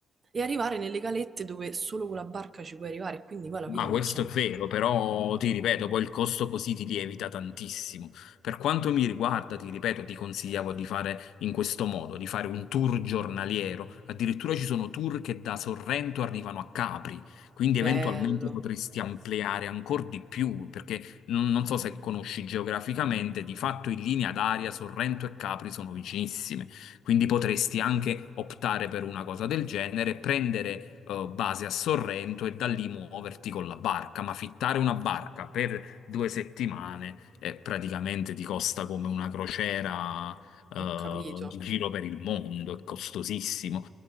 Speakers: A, on the right; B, on the left.
A: e arrivare nelle calette dove solo con la barca ci puoi arrivare, quindi poi alla fine
B: Ah,
A: non
B: questo
A: c'è... ne-
B: è vero, però ti ripeto, poi il costo così ti lievita tantissimo. Per quanto mi riguarda, ti ripeto, ti consigliavo di fare in questo modo, di fare un tour giornaliero. Addirittura ci sono tour che da Sorrento arrivano a Capri, quindi
A: Bello,
B: eventualmente potresti ampliare ancora di più, perché non, non so se conosci geograficamente, di fatto in linea d'aria Sorrento e Capri sono vicinissime. Quindi potresti anche optare per una cosa del genere, prendere eh, base a Sorrento e da lì muoverti con la barca, ma fittare una barca per due settimane eh, praticamente ti costa come una crociera eh,
A: ho capito.
B: in giro per il mondo, è costosissimo.